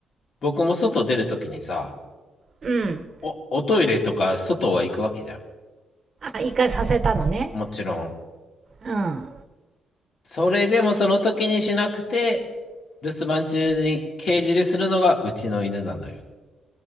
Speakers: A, on the left (about 55°); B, on the right (about 40°).
A: 僕も外出るときにさ、
B: うん。
A: お、おトイレとか外は行くわけじゃん。
B: あ、一回させたのね。
A: もちろん。
B: うん。
A: それでもその時にしなくて、留守番中にケージでするのがうちの犬なのよ。